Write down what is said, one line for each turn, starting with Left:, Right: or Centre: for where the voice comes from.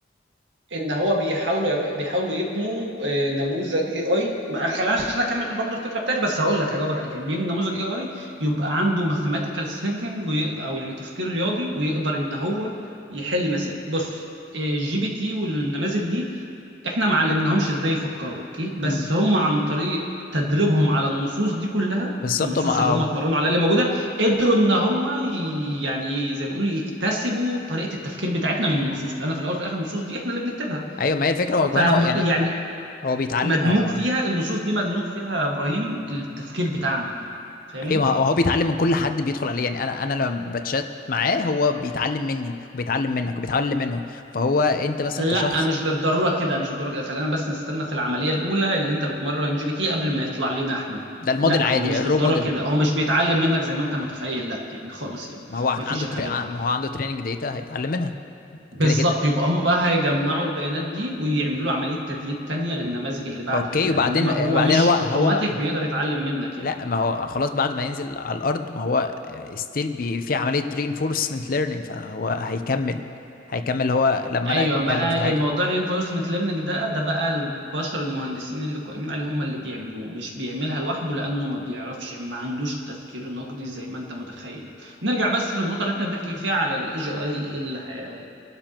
Right: ان هو بيحاولوا بيحاولوا يبنوا آه، نموذج اي اي خلينا عشان اكمل برضو الفكره بتاعتي بس هقول لك هجاوبك عليك يعني بيبني نموذج اي اي يبقى عنده ماثيماتيكال ثينكينج او يعني تفكير رياضي ويقدر ان هو يحل مسائل بص الجي بي تي والنماذج دي احنا ما علمناهمش ازاي يفكروا اوكي بس
Left: مم.
Right: هم عن طريق تدريبهم على النصوص دي كلها
Left: بالظبط
Right: النصوص
Left: ما
Right: اللي هم
Left: آه،
Right: اتمرنوا عليها اللي موجوده قدروا ان هم ي- يعني إيه زي ما يقولوا يكتسبوا طريقه التفكير بتاعتنا من النصوص لان في الاول وفي الاخر النصوص دي احنا اللي بنكتبها
Left: ايوه ما هي الفكره هو كمان
Right: ف
Left: هو يعني
Right: يعني
Left: هو بيتعلم
Right: مدموج
Left: هو
Right: فيها النصوص دي مدموج فيها يا ابراهيم التفكير بتاعنا فاهمني
Left: ايوه ما هو بيتعلم من كل حد بيدخل عليه يعني انا انا لما بتشات معاه هو بيتعلم مني وبيتعلم منك وبيتعلم منه فهو انت مثلا
Right: لا
Left: كشخص
Right: مش بالضروره كده مش بالضروره كده خلينا بس نستنى في العمليه الاولى اللي انت بتمرن جي بي تي قبل ما يطلع لنا احنا
Left: ده الموديل
Right: لا
Left: عادي
Right: هو مش
Left: الرو
Right: بالضروره
Left: موديل
Right: كده هو مش بيتعلم منك زي ما انت متخيل لا يعني خالص يعني
Left: ما هو هت-
Right: مفيش
Left: عنده
Right: الحاجات
Left: تري... ما
Right: دي
Left: هو عنده تريننج داتا هيتعلم منها
Right: بالظبط
Left: كده كده
Right: يبقى هم بقى هيجمعوا البيانات دي ويعملوا عملية تدريب تانية للنماذج اللي بعد
Left: اوكي
Right: كده
Left: وبعدين
Right: انما
Left: آه،
Right: هو
Left: بعدين
Right: مش
Left: هو هو
Right: اوتوماتيك بيقدر يتعلم منك
Left: لا
Right: يعني
Left: ما هو خلاص بعد ما ينزل على الارض ما هو ستيل بي... في عمليه reinforcement ليرنينج فهو هيكمل هيكمل هو لما
Right: ايوه
Left: انا اتكلم
Right: بقى
Left: في حاجه
Right: الموضوع الرينفورسمنت ليرنينج ده ده بقى البشر المهندسين اللي قائمين عليه هم اللي بيعملوه مش بيعملها لوحده لانه ما بيعرفش ما عندوش تفكير نقدي زي ما انت متخيل يعني نرجع بس للنقطه اللي احنا بنحكي فيها على الاي جي اي اللي هي-